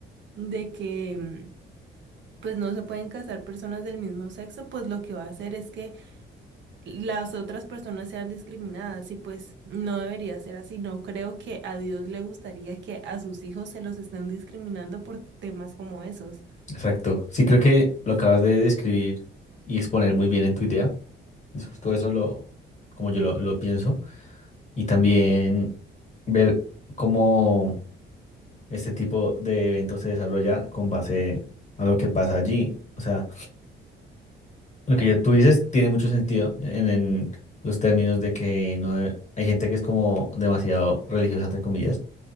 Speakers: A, on the right; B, on the left.
A: de que mm, pues no se pueden casar personas del mismo sexo, pues lo que va a hacer es que las otras personas sean discriminadas y pues no debería ser así. No creo que a Dios le gustaría que a sus hijos se los estén discriminando por temas como esos.
B: exacto. Sí, creo que lo acabas de describir y exponer muy bien en tu idea. Es justo eso lo, como yo lo, lo pienso. Y también ver cómo este tipo de evento se desarrolla con base a lo que pasa allí. O sea, lo que ya tú dices tiene mucho sentido en, en los términos de que no de- hay gente que es como demasiado religiosa, entre comillas,